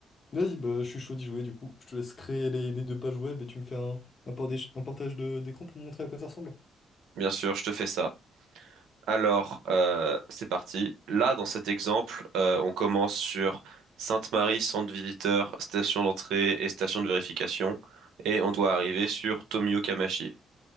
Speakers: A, on the left; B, on the right.
A: Vas-y, bah, je suis chaud d'y jouer du coup. Je te laisse créer les, les deux pages web et tu me fais un, un, portage- un portage de- d'écran pour me montrer à quoi ça ressemble.
B: Bien sûr, je te fais ça. Alors, euh, c'est parti. Là, dans cet exemple, euh, on commence sur Sainte-Marie, centre visiteur, station d'entrée et station de vérification, et on doit arriver sur Tomio Kamachi.